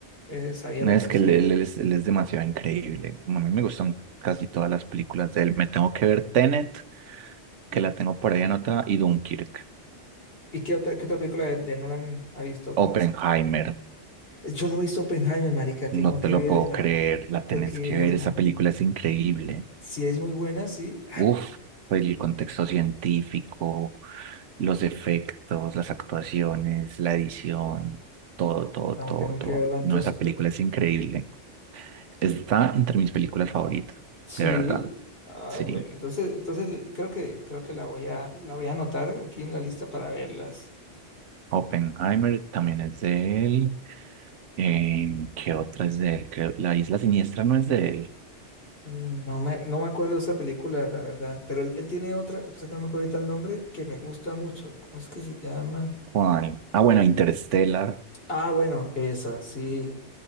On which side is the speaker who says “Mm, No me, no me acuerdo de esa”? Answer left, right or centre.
Left